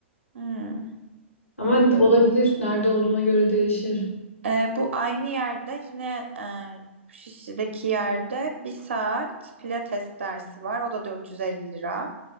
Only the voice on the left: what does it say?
Ama olabilir. Nerede olduğuna göre değişir.